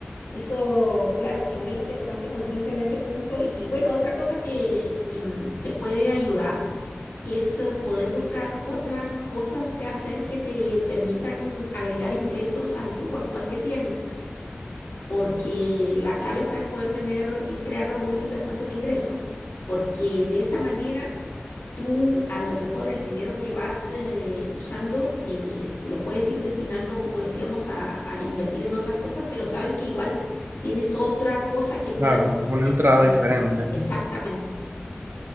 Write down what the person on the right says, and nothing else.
Claro,
una
entrada
diferente.